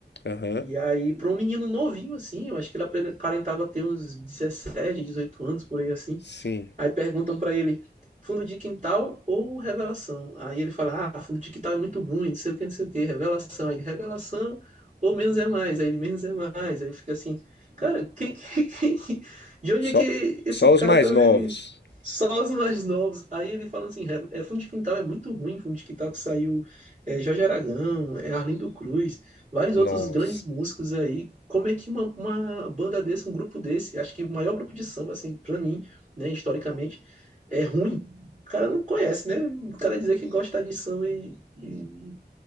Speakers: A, on the left; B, on the right.
A: Aham.
B: E aí, pra um menino novinho, assim, eu acho que ele apre- aparentava ter uns 17 18 anos, por aí assim.
A: Sim.
B: Aí perguntam pra ele, fundo de quintal ou revelação? Aí ele fala, ah, fundo de quintal é muito ruim, não sei o que, não sei o que, revelação. Aí ele, revelação ou menos é mais? Aí ele, menos é mais. Aí eu fico assim, cara, quem, quem, quem, de onde
A: Só
B: é que esse
A: só
B: cara
A: os mais
B: tá vendo
A: novos.
B: isso? Só os mais novos. Aí ele fala assim, é, fundo de quintal é muito ruim, fundo de quintal que saiu é, Jorge Aragão, é Arlindo Cruz, vários
A: Nossa.
B: outros grandes músicos aí. Como é que uma, uma banda desse, um grupo desse, acho que o maior grupo de samba, assim, pra mim, né, historicamente, é ruim, o cara não conhece, né? O cara dizer que gosta de samba e, e